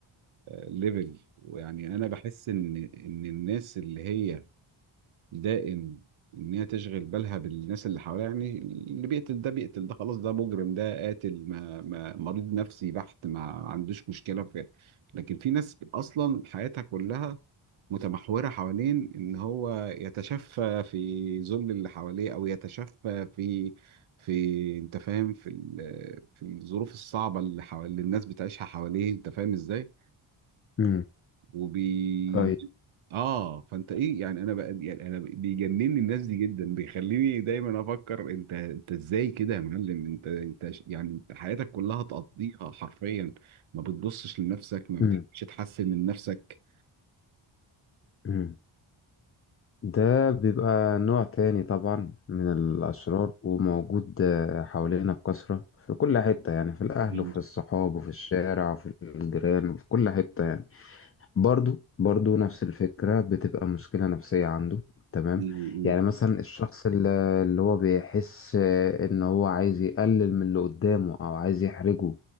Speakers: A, on the right; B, on the left.
A: ليفل ويعني أنا بحس إن إن الناس اللي هي دائم ان هي تشغل بالها بالناس اللي حواليها يعني اللي بيقتل ده بيقتل ده خلاص ده مجرم ده قاتل ما, ما مريض نفسي بحت ما عندوش مشكله في لكن في ناس اصلا حياتها كلها متمحوره حوالين ان هو يتشفى في ذل اللي حواليه او يتشفى في في انت فاهم في ال- في الظروف الصعبه اللي حوالي اللي الناس بتعيشها حواليه انت فاهم ازاي
B: امم
A: وبي
B: طيب
A: اه فانت ايه يعني انا بقى يعني انا بيجنني الناس دي جدا بيخليني دايما افكر انت انت ازاي كده يا معلم انت انت ش- يعني انت حياتك كلها تقضيها حرفيا ما بتبصش لنفسك ما بتحبش
B: امم
A: تحسن من نفسك
B: امم ده بيبقى نوع تاني طبعا من الأشرار وموجود آه، حوالينا بكثرة في كل حتة يعني في الأهل
A: مم.
B: وفي الصحاب وفي الشارع وفي الجيران وفي كل حتة يعني برضو برضو نفس الفكرة بتبقى مشكلة نفسية عنده تمام
A: مم. مم.
B: يعني مثلا الشخص اللي اللي هو بيحس آه، ان هو عايز يقلل من اللي قدامه او عايز يحرجه